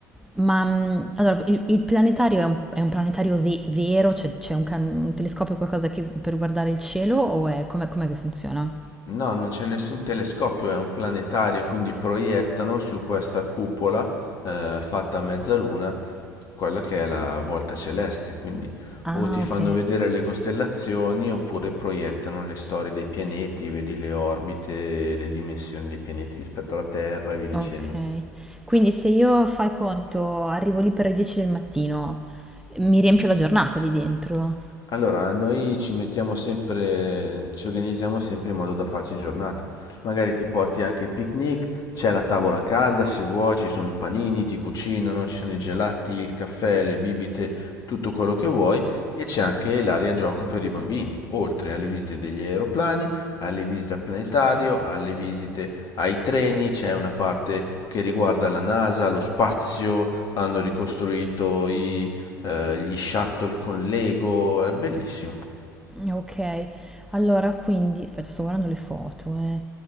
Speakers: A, in the centre; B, on the left.
A: ma mm, allora, il, il planetario è un, è un planetario ve- vero? Cioè c'è un, can- un telescopio, qualcosa che- per guardare il cielo o è, com'è com'è che funziona?
B: No, non c'è nessun telescopio, è un planetario, quindi proiettano su questa cupola eh, fatta a mezzaluna quella che è la volta celeste, quindi
A: Ah,
B: o ti fanno
A: ok.
B: vedere le costellazioni oppure proiettano le storie dei pianeti, vedi le orbite, le dimensioni dei pianeti rispetto alla Terra e via dicendo.
A: Okay. Quindi se io, fai conto, arrivo lì per le 10 del mattino, mi riempio la giornata lì dentro.
B: Allora, noi ci mettiamo sempre, ci organizziamo sempre in modo da farci giornata. Magari ti porti anche il picnic, c'è la tavola calda se vuoi, ci sono i panini, ti cucinano, ci sono i gelati, il caffè, le bibite, tutto quello che vuoi e c'è anche l'area gioco per i bambini, oltre alle visite degli aeroplani, alle visite al planetario, alle visite ai treni, c'è una parte che riguarda la NASA, lo spazio, hanno ricostruito i eh, gli shuttle con Lego, è bellissimo.
A: Okay. Allora quindi aspetta sto guardando le foto, eh.